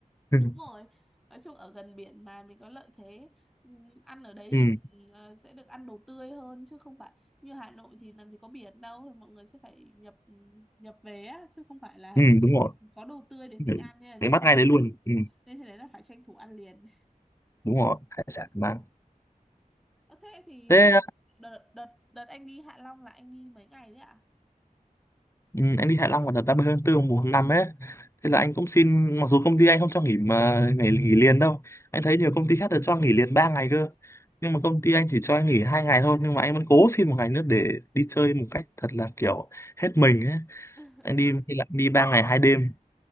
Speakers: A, on the left; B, in the centre.
A: <laughs>
B: đúng rồi nói chung ở gần biển mà mình có lợi thế Ừm, ăn ở đấy
A: ừ
B: thì mình, ờ, sẽ được ăn đồ tươi hơn chứ không phải như Hà Nội thì làm gì có biển đâu thì mọi người sẽ phải nhập ừ, nhập về á chứ không phải là
A: ừ đúng rồi
B: có đồ tươi để mình
A: để
B: ăn nha nên
A: đánh bắt
B: trên
A: ngay
B: đấy
A: đấy luôn ừ
B: nên trên đấy là phải tranh thủ ăn liền
A: đúng rồi hải sản mang
B: Ờ, Thế thì
A: thế
B: ờ, đợt đợt đợt anh đi Hạ Long là anh đi mấy ngày đấy ạ?
A: Ừ, anh đi Hạ Long vào đợt ba mươi tháng 4 mùng một tháng năm ấy thế là anh cũng xin mặc dù công ty anh không cho nghỉ mà ngày nghỉ liền đâu anh
B: Ừ.
A: thấy nhiều công ty khác được cho nghỉ liền 3 ngày cơ nhưng mà công ty anh chỉ cho anh nghỉ hai ngày thôi nhưng mà anh vẫn cố xin một ngày nữa để đi chơi một cách thật là kiểu hết mình ấy
B: <laughs>
A: anh đi thì lại đi ba ngày hai đêm